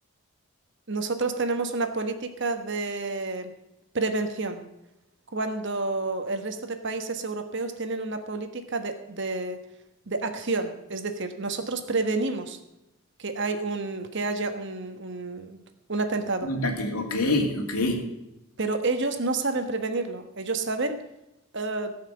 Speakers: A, on the right; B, on the left.
A: Nosotros tenemos una política de prevención. cuando el resto de países europeos tienen una política de, de- de acción. Es decir, nosotros prevenimos que hay un, que haya un, un- un atentado,
B: Un ataque. Ok, ok.
A: pero ellos no saben prevenirlo. Ellos saben eh,